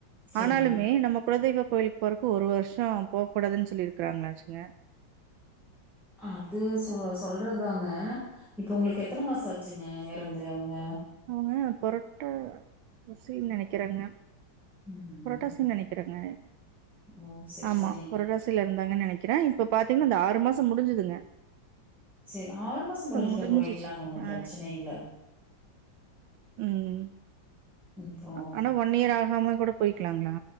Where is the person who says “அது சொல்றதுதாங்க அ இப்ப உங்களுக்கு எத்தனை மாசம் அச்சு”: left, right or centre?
Centre